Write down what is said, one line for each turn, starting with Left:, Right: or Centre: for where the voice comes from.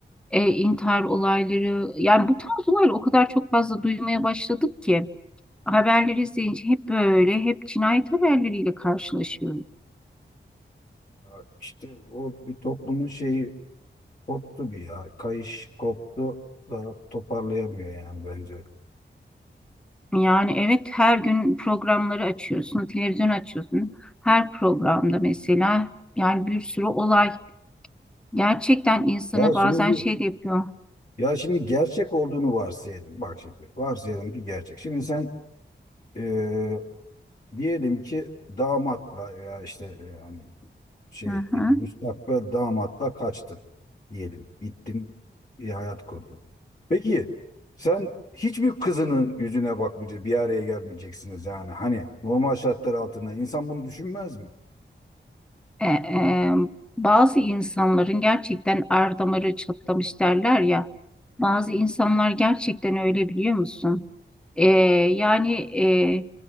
Centre: e, intihar olayları yani bu tarz olayları o kadar çok fazla duymaya başladık ki haberleri izleyince hep böyle hep cinayet haberleriyle karşılaşıyoruz.
Left: ya işte o bir toplumun şeyi koptu bir ya kayış koptu da toparlayamıyor yani bence.
Centre: Yani evet her gün programları açıyorsun, televizyon açıyorsun. Her programda mesela yani bir sürü olay gerçekten insanı
Left: Ya şimdi
Centre: bazen şey de yapıyor.
Left: Ya şimdi gerçek olduğunu varsayalım. Bak şimdi varsayalım ki gerçek. Şimdi sen e, diyelim ki damatla ya işte e, hani şey
Centre: Hı hı.
Left: e, müstakbel damatla kaçtın diyelim. Gittin bir hayat kurdun. Peki sen hiçbir kızının yüzüne bakmayacaksın, bir araya gelmeyeceksiniz yani. Hani normal şartlar altında insan bunu düşünmez mi?
Centre: E, e, bazı insanların gerçekten er damarı çatlamış derler ya. Bazı insanlar gerçekten öyle biliyor musun? E, yani e,